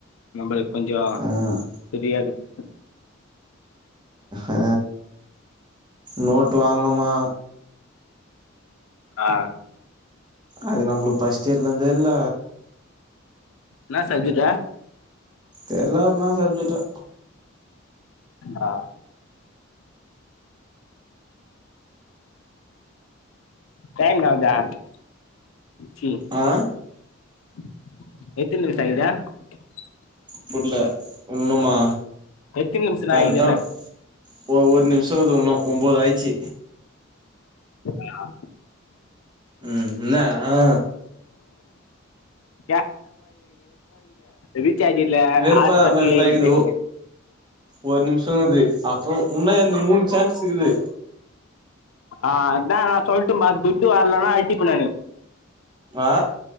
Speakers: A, on the left; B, on the right.
A: நம்மளுக்கு கொஞ்சோ
B: ஆ
A: ஃப்ரீயாக்குது
B: அ நோட்டு வாங்குனும்மா
A: ஆ
B: அது நம்மளுக்கு ஃபர்ஸ்ட் இயர்லே இருந்தே இல்ல
A: என்ன சப்ஜட் டூ
B: தெர்ல்லா என்ன சப்ஜெக்டோ
A: ஆ டைம் நாட் தெட் ஹி
B: ஆ
A: <unintelligible>
B: புர்லே ஒண்ணுமா
A: எத்தினி நிமிஷம்தா
B: கரெக்டா
A: ஆகுது என்ன
B: ஒ ஒரு நிமிஷ இருக்கு இன்னு ஒம்போதாய்ச்சு
A: ஆ
B: ம் என்னே ஆ
A: <unintelligible> ரீச்சார்ஜ் இல்ல
B: வெறுப்பா
A: ஹாஸ்பாட்
B: இருந்தா
A: எங்கே
B: இது
A: பேசிகிட்டு
B: ஒரு நிமிஷ ருக்குது அப்பற உன்னா இந்த மூணு சான்ஸ் இருக்குது
A: அதா நா சொல்ட்டுமா துட்டு வரலன்னா அடிப் <unintelligible>
B: ஆ